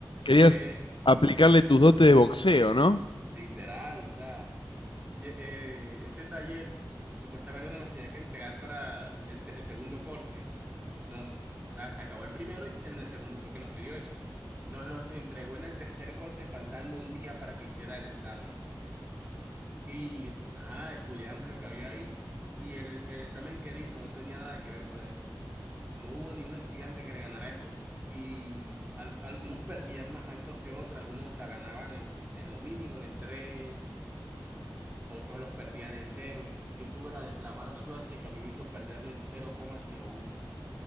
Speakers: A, on the left; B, on the right.
A: Querías
B: eh,
A: aplicarle tus dotes de boxeo, ¿no?
B: literal, o sea, y- eh, ese taller supuestamente nos los tenía que entregar para el, el segundo corte. No, o sea, se acabó el primero y en el segundo fue que nos pidió eso. Nos los entregó en el tercer corte faltando un día para que hiciera el examen. Y, ajá, estudiamos lo que había ahí y el, el examen que él hizo no tenía nada que ver con eso. No hubo ni un estudiante que le ganara eso. Y al- algunos perdían más altos que otros, algunos la ganaban en, en lo mínimo, en tres, otros los perdían en cero. Yo tuve la, la mala suerte que a mí me hizo perderlo en cero cero coma cero uno. O